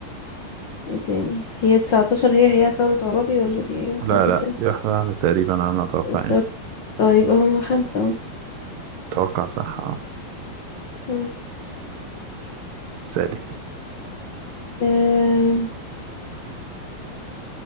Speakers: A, on the left; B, on the right.
A: ايه تاني هي 19 هي هي ثورة عرابي ولا دي حاجة
B: لا لا
A: تانية
B: دي واحدة واحدة تقريبا على ما اتوقع
A: تلات-
B: يعني
A: اه يبقى هم خمسة اهو.
B: اتوقع صح اه
A: مم.
B: سألي
A: آه،